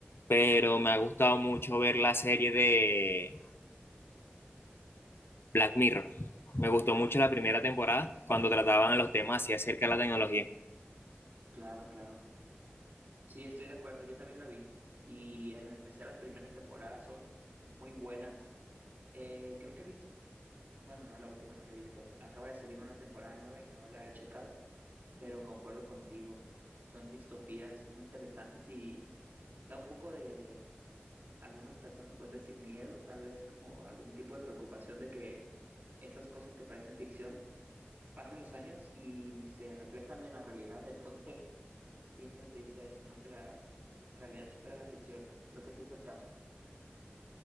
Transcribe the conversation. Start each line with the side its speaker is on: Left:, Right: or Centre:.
Left: pero
Right: Ujú.
Left: me ha gustado mucho ver la serie de Black Mirror. Me gustó mucho la primera
Right: Ah,
Left: temporada
Right: claro,
Left: cuando trataban los temas así acerca de la tecnología.
Right: claro, claro. Sí, estoy de acuerdo, yo también la vi. Y en especial las primeras temporadas son muy buenas. Eh, creo que he visto Bueno, no, la última no la he visto. Acaba de salir una temporada nueva y no la he checado, pero concuerdo contigo. Son distopías muy interesantes y da un poco de, algunas personas pueden decir miedo, tal vez como algún tipo de preocupación de que esas cosas que parecen ficción pasan los años y se reflejan en la realidad. <laughs> Entonces, siempre se dice eso, ¿no? Que la realidad supera la ficción. Creo que ese es el caso.